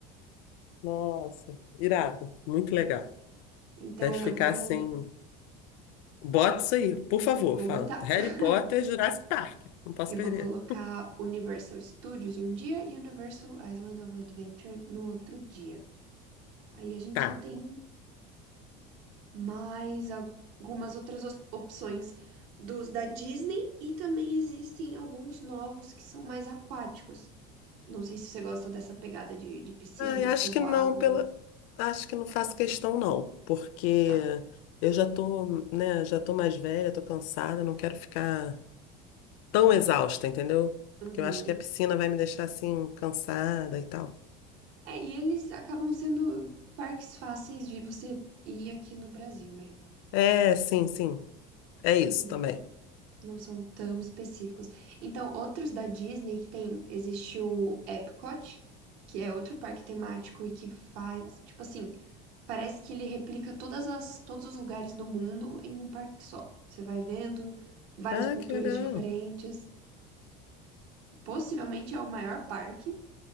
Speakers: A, on the left; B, on the right.
A: Nossa, irado, muito legal.
B: Então
A: Deve ficar
B: eu vou,
A: assim. Bota isso aí, por favor.
B: vou
A: Fala.
B: botar.
A: Harry
B: <laughs>
A: Potter, Jurassic Park. Não posso
B: Eu
A: perder.
B: vou colocar Universal Studios em um dia e Universal Island of Adventure no outro dia. Aí a gente
A: Tá.
B: já tem mais algumas outras os- opções dos da Disney e também existem alguns novos que são mais aquáticos. Não sei se você gosta dessa pegada de, de piscina,
A: Ai, acho
B: toboágua.
A: que não, pela... acho que não faço questão, não, porque
B: Tá.
A: eu já tô, né, já tô mais velha, tô cansada, não quero ficar tão exausta, entendeu?
B: Uhum.
A: Porque eu acho que a piscina vai me deixar assim, cansada e tal.
B: É, e eles acabam sendo parques fáceis de você ir aqui no Brasil, né?
A: É, sim, sim, é isso
B: Não,
A: também.
B: não são tão específicos. Então, outros da Disney que tem, existe o Epcot, que é outro parque temático e que faz, tipo assim, Parece que ele replica todas as, todos os lugares do mundo em um parque só. Você vai vendo várias
A: Ah,
B: culturas
A: que legal,
B: diferentes. Possivelmente é o maior parque,